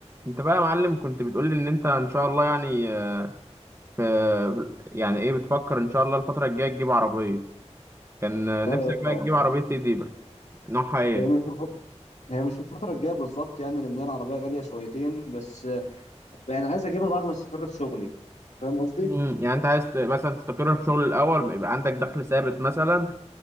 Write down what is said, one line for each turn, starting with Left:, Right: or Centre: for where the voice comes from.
Right: انت بقى يا معلم كنت بتقول لي ان انت ان شاء الله يعني آه، في يعني ايه بتفكر ان شاء الله الفتره الجايه تجيب عربيه كان آه، نفسك
Left: اه يا اسطى
Right: بقى
Left: والله
Right: تجيب عربيه ايه دي بقى نوعها ايه
Left: هي مش في الف- هي مش في الفترة الجاية بالظبط يعني لأن هي العربية غالية شويتين بس آه، يعني عايز أجيبها بعد ما أستقر في شغلي فاهم قصدي؟
Right: امم يعني انت عايز ت- مثلا تستقر في شغل الاول يبقى عندك دخل ثابت مثلا